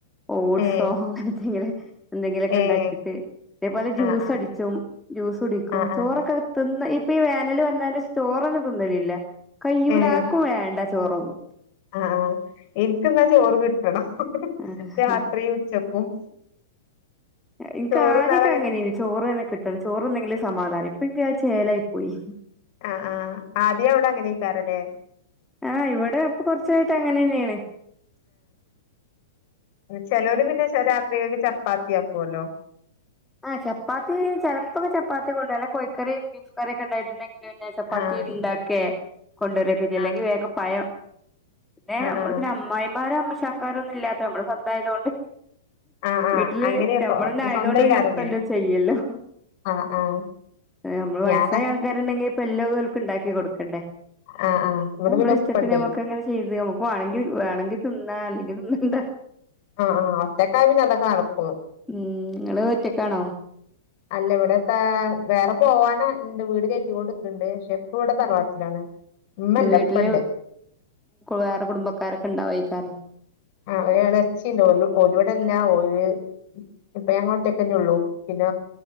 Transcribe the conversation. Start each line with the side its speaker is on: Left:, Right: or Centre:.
Centre: ഓട്സോ
Left: ഏഹ്
Centre: അങ്ങനന്തെങ്കിലും എന്തെങ്കിലുമൊക്കെ
Left: ഏഹ്
Centre: ഉണ്ടാക്കിട്ട് അതേപോലെ ജ്യൂസ്
Left: ആഹ് ആഹ്
Centre: അടിച്ചും ജ്യൂസ് കുടിക്കും
Left: ആഹ്
Centre: ചോറൊക്കെ
Left: ആഹ്
Centre: തിന്ന ഈ ഇപ്പ ഈ വേനൽ വന്നന്റെ ചോറന്ന തിന്നലില്ല കൈയ്യൂല
Left: ഏഹ്
Centre: ആർക്കും വേണ്ട ചോറൊന്നും
Left: ആഹ് ആഹ് എനിക്കെന്ന ചോറ് കിട്ടണം
Centre: ചോറൊന്നും
Left: രാത്രി ഉച്ചക്കും
Centre: എനിക്ക്
Left: ചോറ്ന്നാലങ്ങനെ
Centre: ആദ്യക്കെ അങ്ങനെന്ന് ചോറ് തന്നെ കിട്ടണം ചോറ്തിന്നെങ്കിലെ സമാധാനം ഇപ്പ ചേലായി പോയി
Left: ആഹ് ആഹ് ആദ്യം അവിടെ അങ്ങനെയിക്കാറല്ലെ
Centre: ആഹ് ഇവിടെ ഇപ്പൊ കുറച്ചായിട്ട് അങ്ങനെ തന്നെയാണ് <inaudible>
Left: ചെലവര് പിന്നെ രാത്രിയക്ക ചപ്പാത്തിയാക്കുവല്ലോ
Centre: ആഹ് ചാപത്തി ചെലപ്പൊക്കെ ചപ്പാത്തി കൊണ്ടര കോഴിക്കറീ ബീഫ് കറിയൊക്കെ ഉണ്ടായിട്ടുണ്ടെങ്കില് ചപ്പാത്തി
Left: ആഹ്
Centre: ഉണ്ടാക്കെ കൊണ്ടുവരൊക്കെ ചെയല്ലെങ്കിൽ
Left: ആഹ്
Centre: വേഗ പയം പിന്നെ
Left: ആഹ്
Centre: നമ്മള്
Left: ആഹ്
Centre: പിന്നെ അമ്മായിമാരോ <unintelligible> ഒന്നും ഇല്ലാത്ത നമ്മള് സ്വന്തായതുകൊണ്ട്
Left: ആഹ് ആഹ്
Centre: വീട്ടില്
Left: അങ്ങനെ
Centre: നമ്മളന്ന
Left: സ്വ
Centre: ആയതൊണ്ട്
Left: സ്വന്തേക്കാരല്ലേ
Centre: പിന്നെ വല്ലോം ചെയ്യല്ലോ
Left: ആഹ് ആഹ്
Centre: നമ്മള് വയസായ
Left: ഞാന
Centre: ആൾക്കാര് ണ്ടെങ്കി ഇപ്പ എല്ലാവർക്കും ഉണ്ടാക്കി കൊടുക്കണ്ടേ
Left: ആഹ് ആഹ് ഇവിടെ
Centre: നമ്മള
Left: പിന്നെ
Centre: ഇഷ്ടത്തിന്
Left: ഉപ്പണ്ടേ
Centre: നമുക്ക് അങ്ങനെ ചെയ്ത് നമു വേണെങ്കിൽ വേണെങ്കി തിന്നാ അല്ലെങ്കിൽ തിന്നണ്ട
Left: ആഹ് ആഹ് ഒറ്റക്കായ പിന്നെ അതൊക്കെ നടക്കുള്ളൂ
Centre: ഉം നിങ്ങള് ഒറ്റക്കാണോ
Left: അല്ല ഇവിടെത്തെ വേറെ പോവാന ഉണ്ട് വീട് കയറ്റിക്കോണ്ട് നിക്കണ്ട് പക്ഷെ ഇപ്പ ഇവിടെ തറവാട്ടിലാണ് ഇമ്മല്ല
Centre: ഉം വീട്ടില്
Left: ഇപ്പണ്ട്
Centre: വേറെ കുടുംബക്കാരൊക്കെ ഉണ്ടോ <unintelligible>
Left: ആഹ് ഒരു എളെച്ചി ഉണ്ട് ഓര് ഇവിടല്ല ഓര് ഇപ്പൊ ഞങ്ങൾ ഒറ്റക്കന്നെ ഉള്ളൂ പിന്ന